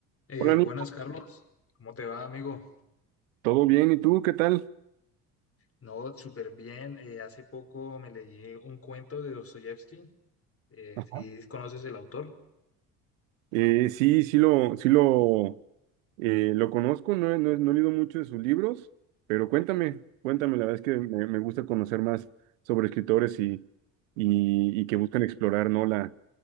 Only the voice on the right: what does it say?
Hola Nico,
¿todo bien? ¿Y tú qué tal?
Ajá.
Eh, sí, sí lo, sí lo, eh, lo conozco, no, he- no, he no he leído mucho de sus libros, pero cuéntame, cuéntame, la verdad es que me, me gusta conocer más sobre escritores y, y, y que buscan explorar, ¿no? La,